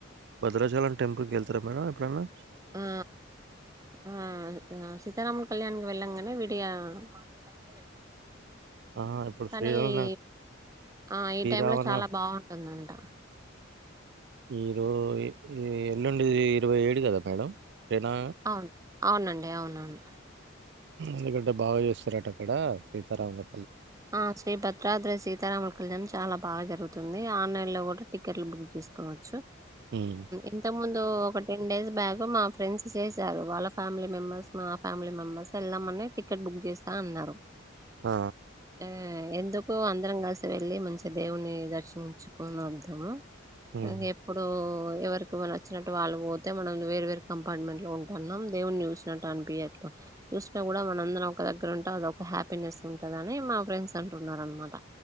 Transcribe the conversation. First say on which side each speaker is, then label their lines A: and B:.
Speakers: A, on the right (about 60°); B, on the right (about 15°).
A: భద్రాచలం టెంపుల్కి వెళ్తారా మేడం ఎప్పుడనా
B: ఆ ఆ సీతారామ కళ్యాణ కి వెళ్ళాంగానే వీడిగా మామూలు టైమ్ లో వెళ్తాం
A: ఆ ఇప్పుడు
B: కానీ
A: శ్రీరామ
B: ఈ ఆ ఈ
A: శ్రీరామన
B: టైమ్ లో చాలా బాగుంటుందంట
A: ఈరో ఎల్లుండి ఇరవై ఏడు కదా మేడం శ్రీనా
B: అవును అవునండి అవునవును
A: ఎందుకంటే బాగా చేస్తారట అక్కడ సీతారామా
B: ఆ శ్రీ భద్రాద్రి సీతారామల కళ్యాణ్ చాలా బాగా జరుగుతుంది ఆన్లైన్ లో కూడా టికెట్లు బుక్ చేసుకోవచ్చు
A: ఉమ్
B: ఇంత ముందు ఒక టెన్ డేస్ బ్యాగ మా ఫ్రెండ్స్ చేసారు వాళ్ళ ఫ్యామిలీ మెంబెర్స్ మా ఫ్యామిలీ మెంబెర్స్ వెళ్ళామని టికెట్ బుక్ చేస్తా అన్నారు
A: ఆ
B: ఆ ఎందుకు అందరం కలిసి వెళ్ళి మంచి దేవుని దర్శించుకుని వద్దాము
A: ఉమ్
B: ఇకా ఎప్పుడు ఎవరికి మ వచ్చినట్టు వాళ్ళు పోతే మనం వేర వేరు కంపార్ట్మెంట్ లో ఉంటున్నాం దేవుని చూసినట్టు అనిపి అట్లా చూసినా కూడా మనందరం ఒక దగ్గర ఉంటే అదొ ఒక హ్యాపీనెస్ ఉంట కదని మా ఫ్రెండ్స్ అంటున్నరు అనమాట